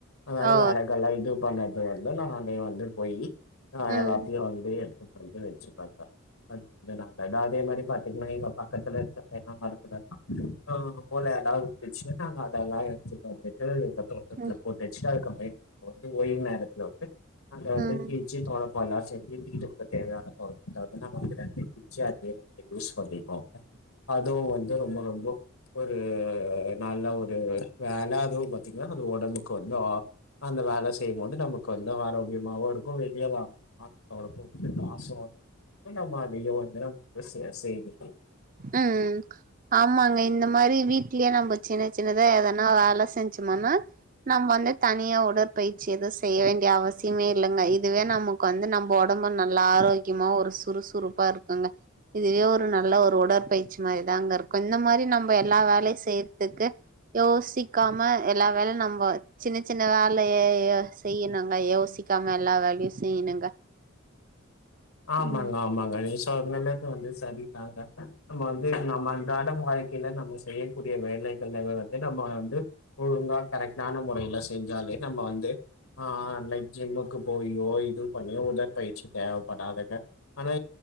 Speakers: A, on the left; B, on the right.
A: அதனால
B: ஓ
A: வேறகெல்லா இது பண்ணறது வந்து நானே வந்து போயி ஆ
B: ம்
A: எல்லாத்தயு வந்து எடுத் வந்து வெச்சுபெங்க அ தடே அதே மாரி பாத்தீங்னா பக்கத்துல இருக்க தென்ன மரத்துலெல்லா மூல இடோச்சு நாங்க அதெல்லா எடுத்துட்டு வந்துட்டு எங்க தோட்டத்துல
B: ம்
A: போட்டு வச்சுட் அதுக்கப்பெ வந்து ஒய்மேரத்துல வந்து அந்த
B: ம்
A: கீச்சு தொண்ணப்பல்லா செஞ்சு வீட்டுக்கு தேவையான பொற்கல வந்து நாஙக கிச்சு அதே நாங்க யூஸ் பண்ணிப்போ
B: <inaudible>
A: அதுவு வந்து ரொம்ப ரொம்ப ஒரு நல்ல ஒரு வேல அதுவும பாத்தீங்கன்னா அது உடம்புக்கு வந்து ஆ அந்த வேலை செய்யும்போது நமக்கு வந்து ஆரோக்கியமாவும் இருக்கும் வெளிய <unintelligible> அவளுக்கு முக்கியம் காசும் அப்புற நம்ம அதையே வந்து செ செய்தி
B: ம் ஆமாங்க இந்த மாதிரி வீட்லயே நம்ம சின்ன சின்னதா எதனா வேலை செஞ்சும் நம நம்ம வந்து தனியா உடற்பயிற்சி எதுவும் செய்ய வேண்டிய அவசியமே இல்லைங்க இதுவே நமக்கு வந்து நம்ம உட உடம்பு நல்ல ஆரோக்கியமா ஒரு சுறுசுறுப்பா இருக்குங்க இதுவே ஒரு நல்ல ஒரு உடற்ப் பயிற்சி மாதிரிதான் அங்க இருக்கும் இந்த மாதிரி நம்ம எல்லா வேலையும் செய்யறதுக்கு யோசிக்காம எல்லா வேல நம்ம சின்ன சின்ன வேலையே செய்யனுங்க யோசிக்க கக்காம எல்லாம் வேலயையும் செய்யணுங்க
A: ஆமாங்க
B: ம்
A: ஆமாங்க வந்து சரிதாங்க நம்ம வந்து நம்ம அன்றாட வாழ்க்கையில நம்ம செய்யக்கூடிய வேலை <unintelligible> வந்து நம்ம வந்து ஒழுங்காக கரெக்டான முறையில செஞ்சாலே நம்ம வந்து ஆ லைக் ஜிம்முக்கு போயோ இது பண்ணியோ உடர்பயிச்சு <unintelligible> படாதங்க ஆனா